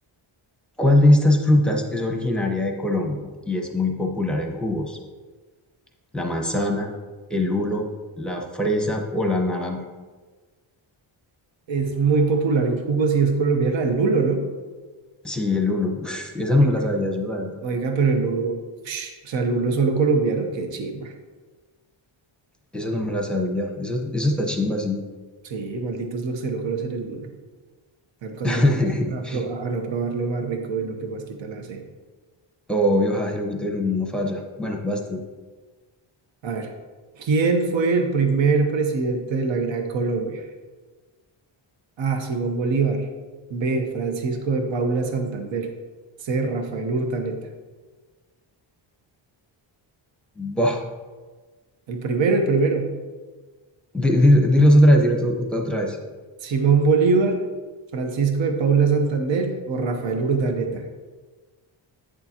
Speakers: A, in the centre; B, on the right (about 65°).
A: ¿Cuál de estas frutas es originaria de Colombia y es muy popular en jugos? ¿La manzana, el lulo, la fresa o la naranja?
B: es muy popular en jugos y es colombiana, el lulo, ¿no?
A: Sí, el lulo. Uf, esa
B: Oiga,
A: no me la sabía yo, la verdad.
B: Oiga, pero el lulo, ush, o sea, el lulo solo colombiano, qué chimba.
A: Esa no me la sabía. Eso, eso está chimba, sí.
B: Sí, malditos los que no conocen el lulo. Están condenados
A: <laughs>
B: a, pro- a no probar lo más rico y lo que más quita la C.
A: Obvio, Jajiruquito del Olmo no falla. Bueno, basta.
B: A ver, ¿quién fue el primer presidente de la Gran Colombia? A. Simón Bolívar. B. Francisco de Paula Santander. C. Rafael Urdaneta.
A: Bah.
B: El primero, el primero.
A: Di- di- Dilos otra vez, dilos to- to- otra vez.
B: Simón Bolívar, Francisco de Paula Santander o Rafael Urdaneta.